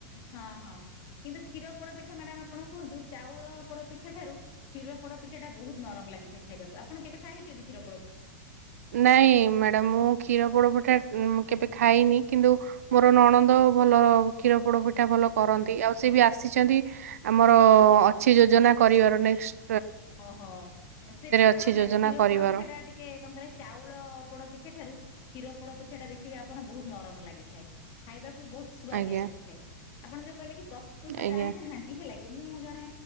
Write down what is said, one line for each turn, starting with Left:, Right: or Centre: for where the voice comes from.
Left: ହଁ ହଁ କିନ୍ତୁ କ୍ଷୀର ପୋଡପିଠା ମ୍ୟାଡ଼ାମ ଆପଣ କୁହନ୍ତୁ। ଚାଉଳ ପୋଡପିଠା ଠାରୁ କ୍ଷୀର ପୋଡପିଠା ବହୁତ ନରମ ଲାଗି। ଖାଇବାକୁପଣ କେବେ ଖାଇଛନ୍ତି କ୍ଷୀର ପଡୋ ପି
Right: ନାଇଁ ମ୍ୟାଡ଼ାାମ ମୁଁ କ୍ଷୀର ପୋଡପିଠା କେବେ ଖାଇନି। କିନ୍ତୁ ମୋର ନଣନ୍ଦ ଭଲ କ୍ଷୀର ପୋଡପିଠା ଭଲ କରନ୍ତି। ଆଉ ସେ ବି ଆସିଛନ୍ତି। ଆମର ଅଛି ଯୋଜନା କରିବାର। ନେକ୍ସ
Left: ଓ ହୋ ସେଇଟା ଆପଣ
Right: ଅଛି
Left: ନା
Right: ଯୋଜନା
Left: କ୍ଷୀର
Right: କରିବାର
Left: ପୋଡ ପିଠା ଟା ଟିକେ କଣ କହିଲେ? ଚାଉଳ ପୋଡପିଠା ଠାରୁ କ୍ଷୀର ପୋଡ ପିଠା ଟା ଦେଖିବେ ଆପଣ ବହୁତ ନରମ ଲାଗିଥାଏ। ଖାଇବାକୁ ବହୁତ ସୁଆଦିଆ
Right: ଆଜ୍ଞା
Left: ଲାଗିଥାଏ ଆପଣ ଯୋଉ କହିଲେ କି ପ୍ରସ୍ତୁତ
Right: ଆଜ୍ଞା
Left: ଜାଣିନାହାନ୍ତି ହେଲା କି ମୁଁ ଜଣେ